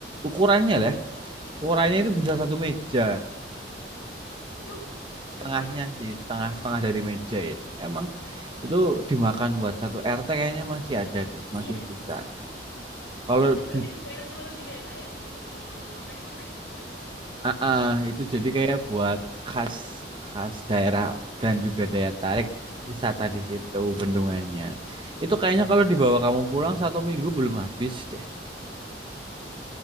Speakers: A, on the right; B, on the left.
A: ukurannya lah. ya. Ukurannya
B: Hmm.
A: itu bisa satu meja.
B: Duh, gede
A: Setengahnya
B: banget.
A: sih, setengah-setengah dari meja itu. Emang itu dimakan buat satu RT kayaknya masih ada deh, masih
B: Iya.
A: bisa. Kalau
B: Itu berarti
A: di
B: dicuil-cuil gitu ya Kak ya? Di kotak-kotak kecil gitu.
A: Ah, ah, itu jadi
B: Ya,
A: kayak
B: kan?
A: buat khas khas daerah dan juga daya tarik
B: Hmm.
A: wisata di situ bendungannya. Itu kayaknya kalau dibawa kamu pulang
B: Hmm.
A: satu minggu belum habis deh.